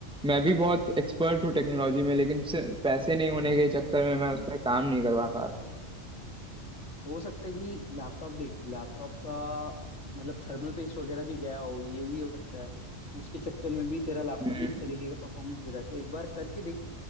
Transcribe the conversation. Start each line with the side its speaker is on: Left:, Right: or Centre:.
Centre: मैं भी बहुत एक्सपर्ट हूँ टेक्नोलॉजी में लेकिन सिर्फ पैसे नहीं होने के चक्कर में मैं उस पर काम नहीं करवा पा रहा हूँ
Left: हो सकता है कि लैपटॉप देख लैपटॉप का मतलब थर्मल पेस्ट वगैरह भी गया हो ये भी हो सकता है उसके चक्कर में भी तेरा लैपटॉप
Centre: हम्म।
Left: इस तरीके का परफॉर्मेंस दे रहा है तो एक बार करके देख